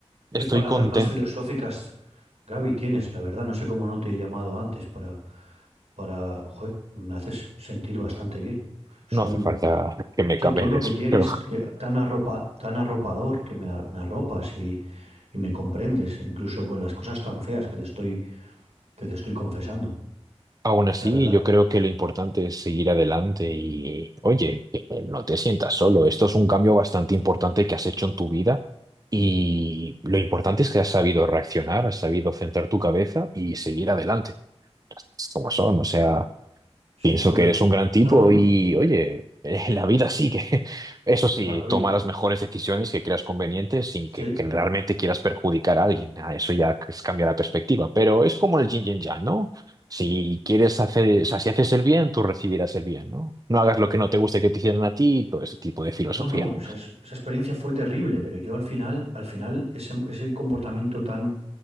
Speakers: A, on the right; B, on the right.
A: Estoy
B: qué palabras
A: contento.
B: más filosóficas, Gaby, tienes? La verdad, no sé cómo no te he llamado antes para, para, joder, me haces sentir bastante bien. Son
A: No hace falta que me
B: Ese
A: cameles,
B: tono que tienes,
A: pero
B: que, tan arropa, tan arropador, que me, a- me arropas y, y me comprendes, incluso con las cosas tan feas que te estoy, que te estoy confesando,
A: Aún así,
B: la verdad,
A: yo creo que lo importante es seguir adelante y, oye, que no te sientas solo. Esto es un cambio bastante importante que has hecho en tu vida y lo importante es que has sabido reaccionar, has sabido centrar tu cabeza y seguir adelante. Como son, o sea.
B: sin
A: Pienso
B: duda.
A: que eres un gran tipo
B: No, no, no,
A: y, oye, eh, la vida sigue. <laughs> Eso sí,
B: Gaby,
A: toma las mejores decisiones que creas convenientes sin
B: sí,
A: que, que realmente quieras perjudicar a alguien. Ah, eso ya es cambiar la perspectiva. Pero es como el yin y el yang, ¿no? Si quieres hacer, o sea, si haces el bien, tú recibirás el bien, ¿no? No hagas lo que no te guste que te hicieran a ti y todo ese tipo de filosofía.
B: no, no, esa, es- esa experiencia fue terrible, pero yo al final, al final, ese, ese comportamiento tan